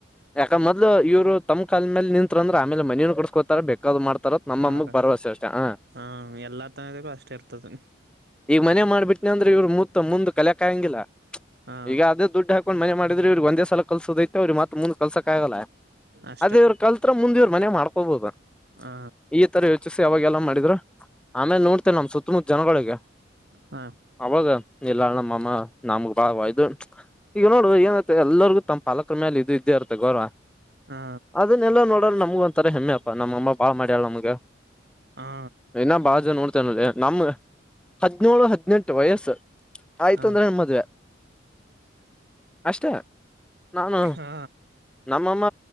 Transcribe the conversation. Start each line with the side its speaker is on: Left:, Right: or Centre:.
Centre: ಯಾಕತ್ ಇ ಇವರು ತಮ್ಮ್ ಕಾಲಲ್ ಮೇಲೆ ನಿಂತರಂದ್ರ ಆಮೇಲೆ ಮನಕೋತ ಬ ಮಾಡ್ತಾರ ನಮ್ಮ
Right: ಮಾಡಕ
Centre: ಬರವಸೆ ಅಷ್ಟ ಹ
Right: ಹಾ ಎಲ್ಲಾ ತನದಕ್ಕೂ ಅಷ್ಟೇ ಇರ್ತದೆ
Centre: ಈ ಮ ಮಾಡ್ಬಿಟ್ಟ ಇವ್ರರು ಮ ಮುಂದ್ ಕಲಿಯಕ ಆಂಗಿಲ್ಲ
Right: ಹಾ
Centre: ಈಗ ಅದೇ ದುಡ್ಡು ಹಾಕೊಂಡ್ ಮನೆ ಮಾಡಿದ್ರೆ ಇವ್ರಗ್ ಒಂದೇ ಸಲ ಕಲ್ಸದೈಐತೆ ಅವ್ರಿಗೆ ಮಾತ್ರ ಮುಂದ್ ಕಲ್ಸಕ್ ಆಗಲ್ಲ
Right: ಅಷ್ಟೆ
Centre: ಅದೇ ಇವ್ರು ಕಲ್ತ್ತ್ರ ಮುಂದ ಇವರ ಮನೆ ಮಾಡ್ಕೋಬೋುದು
Right: ಹಾ
Centre: ಈ ತರ ಯೋಚಿಸಿ ಯಾವಾಗೆಲ್ಲ ಮಾಡಿದ್ರರು ಆಮೇಲೆ ನೋಡ್ತೆೇನೆ ನಮ ಸುತ್ತಮುತ್ತ ಜನಗಳಿಗೆ
Right: ಹಾ
Centre: ಅವಾಗ ಎಲ್ಲಾ ನಮ್ಮಮ್ಮ ನಮ ಬಾ ಇದು ಈಗ ನೋಡು ಏನತ ಎಲ್ಲರಿಗೂ ತಮ್ಮ ಪಾಲಕರ ಮೇಲೆ ಇದು ಇದ್ದೇ ಇರುತ್ತೆ ಗೌರವ
Right: ಹಾ
Centre: ಅದನ್ನೆಲ್ಲಾ ನೋಡ್ರ ನಮ್ಗ ಒಂತ ತ್ತರ ಹೆಮ್ಮೆಪ್ಪಾ ನಮ್ಮ ಅಮ್ಮ ಬಾಳ ಮಾಡಾಳ ನಮಗೆ
Right: ಹಾ
Centre: ಏನಾ ಬ ಜೋ ನಮ್ ಹದಿನೇಳು ಹದಿನೆಂಟು ವಯಸ್ಸು ಆಯ್ತು
Right: ಹಾ
Centre: ಅಂದ್ರೆ ನಮ್ಮ್ ಮದ್ವೆ. ಅಷ್ಟ. ನಾನು
Right: ಹಾ
Centre: ನಮ್ಮಮ್ಮ